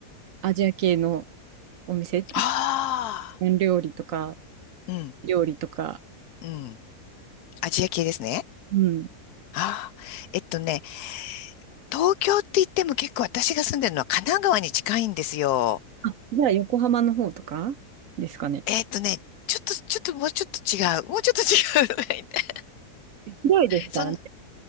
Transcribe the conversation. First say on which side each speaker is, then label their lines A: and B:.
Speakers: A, on the right (about 65°); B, on the left (about 75°).
A: アジア系のお店、
B: あ
A: 料理とか、
B: あー、
A: 料理とか。
B: うん、うん。アジア系ですね。
A: うん。
B: ああ、えっとね、東京って言っても結構私が住んでるのは神奈川に近いんですよ。
A: あ、じゃあ横浜の方とかですかね。
B: えーっとね、ちょっと、ちょっと、もうちょっと違う。もうちょっと違う。<laughs>
A: 広いですからね。
B: そん、ん